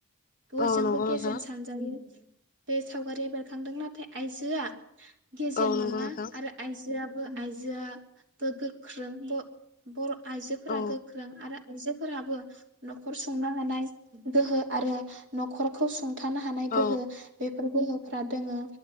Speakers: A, on the right; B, on the left.
A: बयजोंबो
B: औ नंगौ
A: गेजेन
B: नोंथां
A: सानजायो बे सावगारिया बेरखांदों नाथाय आइजोआ गेजेन
B: औ नंगौ
A: नङा
B: नोंथां
A: आरो आइजोआ ब बो आइजोआ बो गोख्रों ब बर आइजोफोरा
B: औ
A: गो आरो आइजोफोराबो नखर संनो हानाय गोहो आरो नखरखौ सु सुंथानो हानाय
B: औ
A: गोहो बे फोर गोहोफ्रा दोंङो